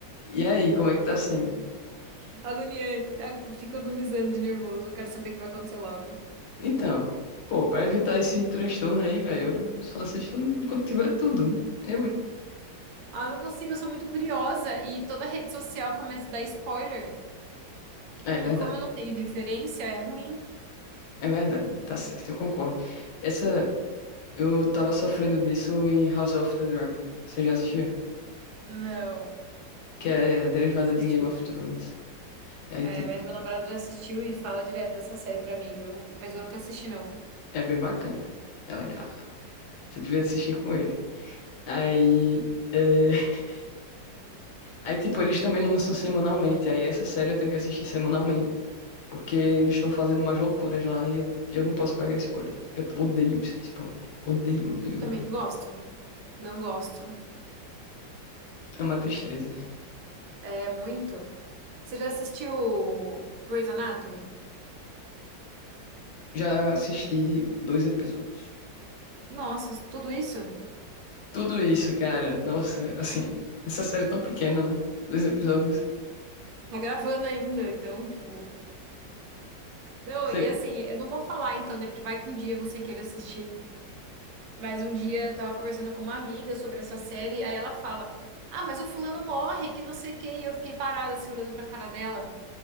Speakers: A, on the left (about 70°); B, on the right (about 80°).
A: E aí, como é que tá sendo?
B: <laughs> Agoniante. Ag- Fico agonizando de nervoso. Eu quero saber o que vai acontecer logo.
A: Então, pô, pra evitar esse transtorno aí, velho, eu só assisto quando tiver tudo. né? Eu, hein?
B: Ah, eu não consigo, eu sou muito curiosa e toda rede social começa a dar spoiler.
A: É verdade,
B: E como eu não tenho referência, é ruim.
A: é verdade, tá certo, eu concordo. Essa Eu tava sofrendo disso em House of the Dragon. Você já assistiu?
B: Não,
A: Que é a derivada
B: assisti.
A: de Game of Thrones. E aí,
B: É,
A: tipo,
B: mas meu namorado já assistiu e fala direto dessa série pra mim, viu? Mas eu nunca assisti, não.
A: é bem bacana. É legal. Você devia assistir com ele. Aí. É... <laughs> Aí, tipo, eles também lançam semanalmente. Aí, essa série eu tenho que assistir semanalmente. Porque eles estão fazendo umas loucuras lá e eu, eu não posso pegar spoiler. Eu odeio isso- spoiler. Odeio, odeio,
B: Eu também
A: odeio.
B: não gosto. Não gosto.
A: É uma tristeza.
B: É muito. Você já assistiu Grey's Anatomy?
A: Já assisti dois episódios.
B: Nossa, tudo isso?
A: Tudo isso, cara. Nossa, assim, essa série tão pequena, né? Dois episódios.
B: Tá gravando ainda, então, tipo. Não,
A: Você-
B: e assim, eu não vou falar então, né? Porque vai que um dia você queira assistir. Mas um dia eu tava conversando com uma amiga sobre essa série, aí ela fala: Ah, mas o fulano morre, que não sei o quê. E eu fiquei parada assim, olhando pra cara dela.